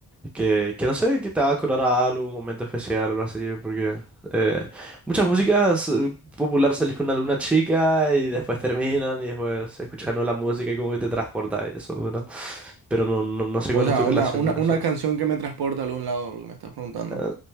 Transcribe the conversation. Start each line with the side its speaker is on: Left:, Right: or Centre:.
Centre: que, que no sé, que te va a acordar a algo, un momento especial o algo así, porque eh, muchas músicas eh, populares salís con alguna chica y después terminan y después escuchas la música y como que te transporta a eso, ¿verdad? Pero no, no, no sé
Right: O
Centre: cuál
Right: sea,
Centre: es tu relación
Right: una, una,
Centre: con
Right: una
Centre: eso.
Right: canción que me transporta a algún lado, lo que me estás preguntando.
Centre: Eh,